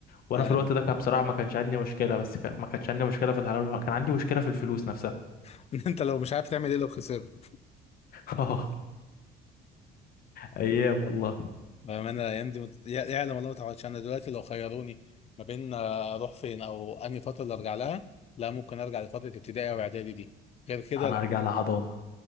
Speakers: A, on the left (about 60°); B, on the left (about 40°).
A: وانا
B: لا
A: في
B: يعني
A: الوقت ده كان بصراحة ما كانش عندي مشكلة بس كان ما كانش عندي مشكلة في الحلال كان عندي مشكلة في الفلوس نفسها
B: <laughs> انت لو مش عارف تعمل ايه لو خسرت
A: <laughs> اه ايام والله
B: بامانه الايام دي مت... يع- يعلم الله ما تعوضش انا دلوقتي لو خيروني ما بين آه، اروح فين او انهي فتره اللي ارجع لها لا ممكن ارجع لفتره ابتدائي او اعدادي دي غير كده
A: انا
B: لا
A: ارجع لحضانه